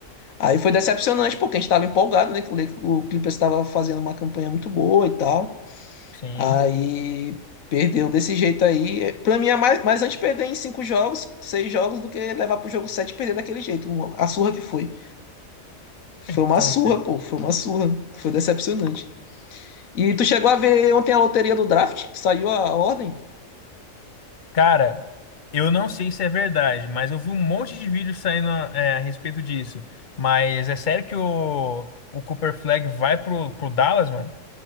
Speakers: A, on the left; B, on the left.
A: Aí foi decepcionante, porque a gente tava empolgado, né? Que o Le- o Clippers estava fazendo uma campanha muito boa e tal.
B: Sim.
A: Aí perdeu desse jeito aí. Pra mim é mais, mais antes perder em cinco jogos, seis jogos, do que levar pro jogo 7 e perder daquele jeito. Uma- A surra que foi. Foi
B: Então,
A: uma surra,
B: cara,
A: pô. Foi uma surra. Foi decepcionante. E tu chegou a ver ontem a loteria do draft, que saiu a ordem?
B: Cara, eu não sei se é verdade, mas eu vi um monte de vídeos saindo é, a respeito disso. Mas é sério que o, o Cooper Flag vai pro, pro Dallas, mano?